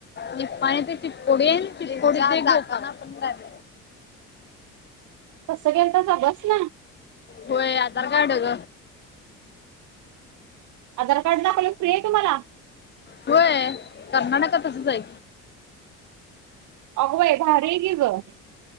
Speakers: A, on the left (about 35°); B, on the right (about 75°).
A: निप्पाणी ते चिककोडी आणि चिकोडी ते गोकाक
B: कसं गेलतास बस न?
A: होय. आधार कार्ड ग.
B: आधार कार्ड दाखवलं फ्री आहे तुम्हाला
A: होय. कर्नाटकात असच आहे.
B: अगबाई! भारी आहे की ग.